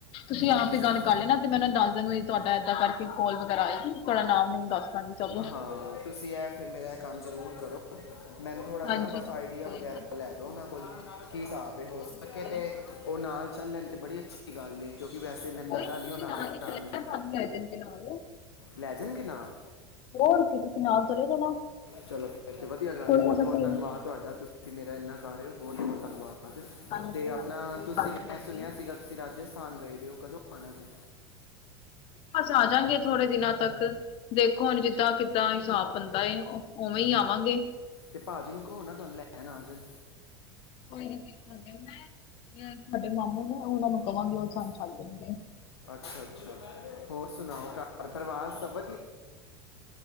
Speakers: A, on the left; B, on the left.
A: ਤੁਸੀਂ, ਆਪ
B: ਅੱਛਾ
A: ਹੀ ਗੱਲ ਕਰ ਲੈਣਾ ਤੇ, ਮੈਂ ਉਹਨਾਂ ਨੂੰ ਦੱਸ ਦਾਂਗੀ, ਵੀ ਤੁਹਾਡਾ ਏਦਾਂ ਕਰਕੇ ਕਾਲ ਵਗੈਰਾ ਆਏਗੀ, ਤੁਹਾਡਾ ਨਾਮ -ਨੂਮ ਦੱਸ ਦਾਂਗੀ ਸਭ
B: ਹਾਂ, ਤੁਸੀਂ ਇਹ ਫਿਰ, ਮੇਰਾ ਇਹ ਕੰਮ ਜ਼ਰੂਰ ਕਰੋ। ਮੈਨੂੰ ਥੋੜ੍ਹਾ ਜਿਹਾ,
A: ਹਾਂਜੀ
B: ਨਾ ਬਸ
A: ਜ਼ਰੂਰ
B: ਆਈਡੀਆ
A: ਕੋਈ
B: ਵਗੈਰਾ
A: ਨੀ
B: ਲੈ ਦੋ, ਉਹਨਾਂ ਕੋਲ ਕੀ ਹਿਸਾਬ ਹੋ ਸਕੇ
A: ਠੀਕ ਏ
B: ਤੇ, ਉਹ ਨਾਲ ਚੱਲਣ, ਤੇ ਬੜੀ ਅੱਛੀ ਗੱਲ ਏ ਕਿਉਂਕਿ ਵੈਸੇ, ਮੈਨੂੰ
A: ਕੋਈ
B: ਲੱਗਦਾ
A: ਨੀ
B: ਨਹੀਂ,
A: ਤੁਸੀਂ
B: ਉਹ ਨਾਲ
A: ਹੀ ਚਲੇ
B: ਜਾਣਗੇ।
A: ਜਾਣਾ ਤੁਹਾਨੂੰ ਲੈ ਜਾਣਗੇ ਨਾਲ
B: ਲੈ, ਜਾਣਗੇ ਨਾਲ?
A: ਹੋਰ ਕਿ ਨਾਲ, ਚਲੇ ਜਾਣਾ
B: ਚਲੋ, ਫੇਰ ਤੇ ਵਧੀਆ ਗੱਲ
A: ਕੋਈ
B: ਏ ਬਹੁਤ-ਬਹੁਤ
A: ਐਸਾ ਸੀਨ
B: ਧੰਨਵਾਦ
A: ਨੀ ਹੈ
B: ਤੁਹਾਡਾ ਤੁ ਤੁਸੀਂ ਮੇਰਾ ਇੰਨਾ ਕਰ ਰਹੇ ਹੋ, ਬਹੁਤ-ਬਹੁਤ ਧੰਨਵਾਦ
A: ਹਾਂਜੀ
B: ਤੇ ਆਪਣਾ
A: ਹਾਂਜੀ ਕੋਈ
B: ਤੁਸੀਂ,
A: ਗੱਲ
B: ਮੈਂ
A: ਨੀ ਹੋਗੀ
B: ਸੁਣਿਆ ਸੀਗਾ ਤੁਸੀਂ ਰਾਜਸਥਾਨ ਗਏ ਦੇ ਹੋ, ਕਦੋਂ ਆਉਣਾ ਜੇ?
A: ਬਸ ਆ, ਜਾਂਗੇ ਥੋੜੇ ਦਿਨਾਂ ਤੱਕ। ਦੇਖੋ, ਹੁਣ ਜਿੱਦਾਂ ਕਿੱਦਾਂ ਹਿਸਾਬ ਬਣਦਾ ਉਵੇਂ ਹੀ, ਆਵਾਂਗੇ।
B: ਤੇ ਭਾਜੀ ਨੂੰ ਕਹੋ ਨਾ, ਤੁਹਾਨੂੰ ਲੈਣ ਆ ਜਾਣ।
A: ਕੋਈ ਨੀ ਦੇਖਾਂਗੇ, ਮੈਂ ਤੁਹਾਡੇ ਮਾਮੂ ਨੂੰ, ਉਹਨਾਂ ਨੂੰ ਕਹਾਂਗੀ ਉਹ ਸਾਨੂੰ
B: <inaudible>
A: ਛੱਡ ਦੇਣਗੇ
B: ਅੱਛਾ-ਅੱਛਾ, ਹੋਰ ਸੁਣਾਓ? ਘਰ ਪਰਿਵਾਰ ਸਭ <inaudible>